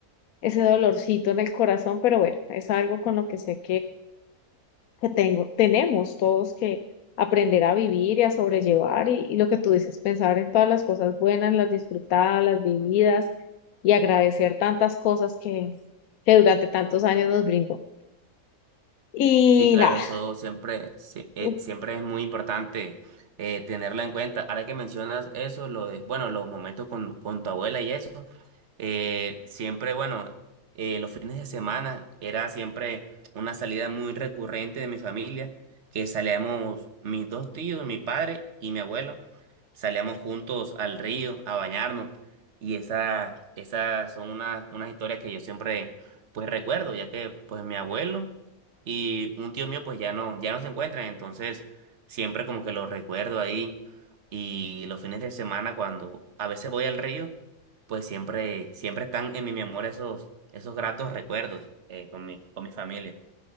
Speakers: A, on the left (about 75°); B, on the right (about 50°).
A: ese dolorcito en el corazón, pero bueno, es algo con lo que sé que tengo, tenemos todos que aprender a vivir y a sobrellevar y, y lo que tú dices, pensar en todas las cosas buenas, las disfrutadas, las vividas y agradecer tantas cosas que, que durante tantos años nos brindó. Y
B: Sí, claro,
A: nada,
B: eso siempre, sí, eh,
A: uf,
B: siempre es muy importante eh, tenerlo en cuenta. Ahora que mencionas eso, lo de, bueno, los momentos con, con tu abuela y eso, eh, siempre, bueno, eh, los fines de semana era siempre una salida muy recurrente de mi familia, que salíamos mis dos tíos, mi padre y mi abuelo, salíamos juntos al río a bañarnos y esa, esas son unas, unas historias que yo siempre, pues, recuerdo, ya que, pues, mi abuelo y un tío mío pues ya no, ya no se encuentran, entonces siempre como que lo recuerdo ahí y los fines de semana cuando a veces voy al río, pues siempre, siempre están en mi memoria esos, esos gratos recuerdos eh, con mi, con mi familia.